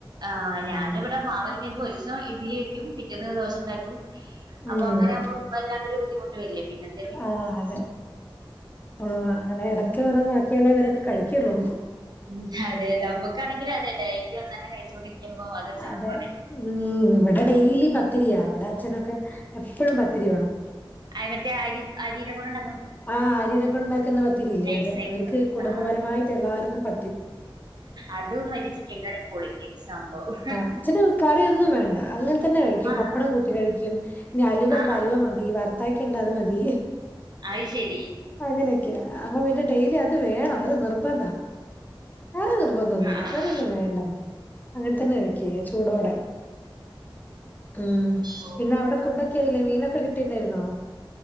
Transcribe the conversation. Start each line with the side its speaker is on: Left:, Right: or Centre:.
Right: ആ
Left: ഉം
Right: ഞാനിവിടെ മാവരക്കുമ്പൊ ഒരു ദിവസം ഇഡലി വെക്കും പിറ്റേന്ന് ദോഷം ഉണ്ടാക്കൂ അപ്പൊ
Left: ഉം
Right: അങ്ങനെ ആവുമ്പോ വല്ലാണ്ടരു ബുദ്ധിമുട്ട വരില്ലേ പിന്നെ എന്ത
Left: ആഹ് അതെ, ആഹ് അങ്ങനെ ഇടക്ക് ഓരോന്ന് ആക്കിയാലേ ഇവരൊക്കെ കഴിക്കു കഴിക്കുള്ളു
Right: ഉ അതെ നമുക്കാണെങ്കിലും അതെ ഡെയിലി ഒന്നു തന്നെ കഴിച്ചോണ്ടിരിക്കുമ്പോ അതൊരു വെറുപ്പാണേ
Left: അതെ ഉം ഇവിടെ ഡെയിലി പത്തിരിയാ ഇവിടെ അച്ഛനൊക്കെ എപ്പഴും പത്തിരി വേണം
Right: അ മറ്റേ അരി അരിനെകൊണ്ട്
Left: ആഹ് അരിനൊക്കെ ഉണ്ടാക്കുന്ന പത്തിരിയില്ലേ
Right: നൈസ്
Left: അതെ
Right: ആയിട്ടുള്ളത്
Left: ഇവർക്ക് കുടുംബപരമായിട്ട്
Right: ആ
Left: എല്ലാവർക്കും പ
Right: അതും മറ്റേ ചിക്കൻ കറിയും പൊളിക്കും സംഭവം
Left: അച്ഛന് കറിയൊന്നും വേണ്ട തന്നെ കഴിക്കും
Right: ആഹാ
Left: പപ്പടം കൂട്ടി കഴിക്കും ഇനി അലുവയുണ്ടോ
Right: ആ ആ
Left: അലുവ മതി, വറുത്തയൊക്കെ ഉണ്ടേ, അത് മതി.
Right: അയ്ശരി
Left: അങ്ങനെയൊക്കെയ അപ്പൊ പിന്നെ ഡെയിലി അത് വേണം അത് നിർബന്ധ കറി നിർബധ നിർബധ ഒന്നുമില്ല,
Right: ആ ആ
Left: കറിയൊന്നും
Right: ആ
Left: വേണ്ടല്ലഅങ്ങനെ തന്നെ കഴിക്ക ചൂടോടെ. ഉം,
Right: ഓ
Left: പിന്നെ അവിടെ
Right: ഓ
Left: ഫുഡൊക്കെ ആയില്ലേ മീനൊക്കെ കിട്ടിണ്ടായിരുന്നോ.